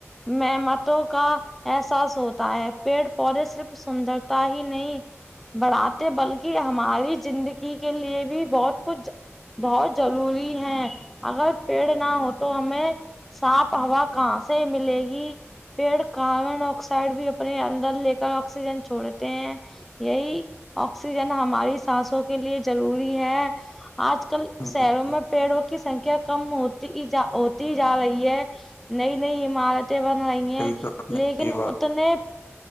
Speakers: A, in the centre; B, on the left.
A: میں متوں کا <unintelligible> احساس ہوتا ہے پیڑ پودے صرف سندرتا ہی نہیں بڑھاتے بلکہ ہماری زندگی کے لیے بھی بہت کچھ بہت ضروری ہے اگر پیڑ نہ ہو تو ہمیں صاف ہوا کہاں سے ملے گی پیڑ کاربن ڈ آکسائڈ بھی اپنے اندر لے کر آکسیجن چھوڑتے ہیں یہی آکسیجن ہماری سانسوں کے لیے ضروری ہے آج کل
B: صحیح
A: شہروں میں پیڑوں کی سنکھیا کم ہوتیا ہوتی جا رہی ہے نہیں نہیںئی عمارتیں بن رہی ہیں
B: کہا آپ نے
A: لیکن
B: یہ بات
A: اتنے